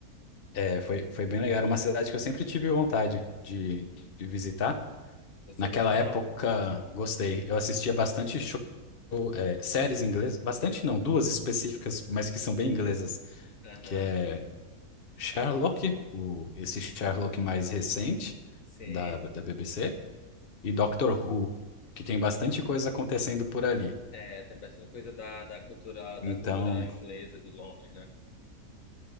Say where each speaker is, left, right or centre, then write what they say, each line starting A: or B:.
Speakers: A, on the left; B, on the left.
A: É, foi, foi bem legal. Era uma cidade que eu sempre tive vontade de, de visitar.
B: Você
A: Naquela
B: gostou?
A: época, gostei. Eu assistia bastante show, é, séries inglesas, bastante não, duas específicas, mas que são bem inglesas
B: Aham,
A: que é Sherlock, o, esse Sherlock mais recente
B: Sim.
A: da, da BBC, e Doctor Who, que tem bastante coisa acontecendo por ali.
B: É, tem bastante coisa da, da cultura da
A: Então,
B: cultura inglesa de Londres, né?